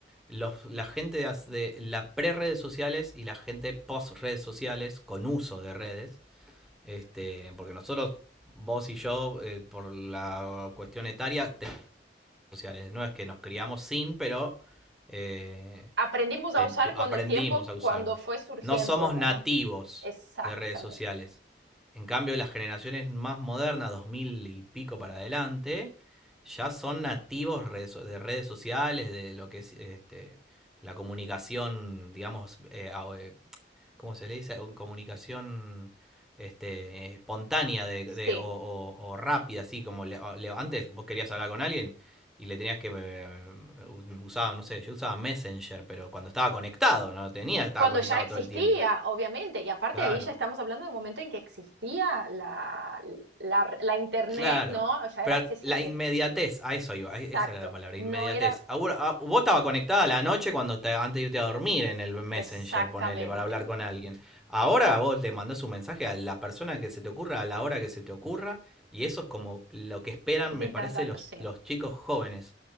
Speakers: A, in the centre; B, on the right.
A: los, la gente de, de la pre-redes sociales y la gente post-redes sociales con uso de redes, este, porque nosotros, vos y yo, eh, por la cuestión etaria, redes sociales. No es que nos criamos sin, pero eh,
B: Aprendimos a
A: te-
B: usar con
A: aprendimos
B: el tiempo
A: a usarlas.
B: cuando fue surgiendo,
A: No somos
B: ¿no?
A: nativos
B: Exactamente.
A: de redes sociales. En cambio, las generaciones más modernas, 2000 y pico para adelante, ya son nativos so- de redes sociales, de lo que es este, la comunicación, digamos, eh, a- eh, como se le dice, comunicación este, espontánea de,
B: Sí.
A: de- o, o- o rápida, así como le- le- antes vos querías hablar con alguien y le tenías que eh, usaba, no sé, yo usaba Messenger, pero cuando estaba conectado, no tenía, estaba
B: Cuando
A: conectado
B: ya existía,
A: todo el tiempo.
B: obviamente. Y aparte
A: Claro.
B: ahí ya estamos hablando del momento en que existía la, la, la internet,
A: Claro.
B: ¿no? Ya
A: Pero
B: era accesible.
A: la inmediatez, a eso iba,
B: Exacto.
A: e-, esa era la palabra,
B: No
A: inmediatez.
B: era
A: A vos, a- vos estaba conectada a la noche cuando te, antes de irte a dormir en el Messenger,
B: exactamente.
A: ponele, para hablar con alguien. Ahora vos le mandás un mensaje a la persona que se te ocurra, a la hora que se te ocurra, y eso es como lo que esperan,
B: Es
A: me
B: instantáneo,
A: parece, los,
B: sí.
A: los chicos jóvenes.